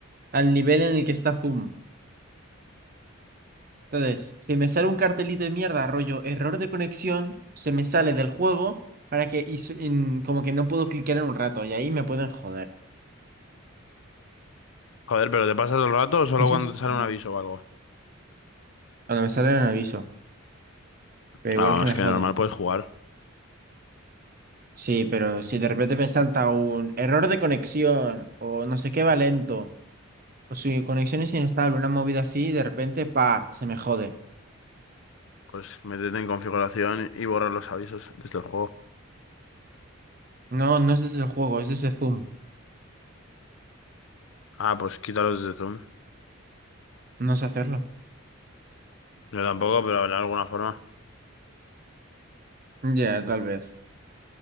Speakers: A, on the right (about 45°); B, on the left (about 65°).
A: al nivel en el que está Zoom. Entonces, si me sale un cartelito de mierda, rollo, error de conexión, se me sale del juego para que, y s- en- como que no puedo clicar en un rato y ahí me pueden joder.
B: Joder, ¿pero te pasa todo el rato o solo
A: Eso
B: cuando
A: es malísimo.
B: te sale un aviso o algo?
A: Cuando me sale un aviso, pero igual
B: Ah, vamos,
A: que me
B: que
A: jode.
B: normal puedes jugar.
A: Sí, pero si de repente me salta un error de conexión o no sé qué va lento. Pues si conexión es inestable, una movida así, de repente, pa, se me jode.
B: Pues métete en configuración y borrar los avisos desde el juego.
A: No, no es desde el juego, es desde Zoom.
B: Ah, pues quítalos desde Zoom.
A: No sé hacerlo.
B: Yo tampoco, pero de alguna forma.
A: Ya, tal vez.